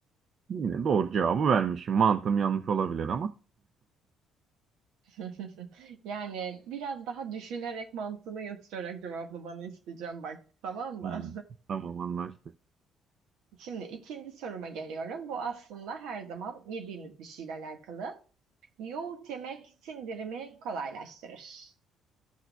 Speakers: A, on the right (about 50°); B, on the right (about 75°).
A: Yine doğru cevabı vermişim. Mantığım yanlış olabilir ama.
B: <laughs> Yani biraz daha düşünerek mantığını yatırarak cevaplamanı isteyeceğim bak tamam mı?
A: Hmm. Tamam anlaştık.
B: <laughs> Şimdi ikinci soruma geliyorum. Bu aslında her zaman yediğimiz bir şeyle alakalı. Yoğurt yemek sindirimi kolaylaştırır.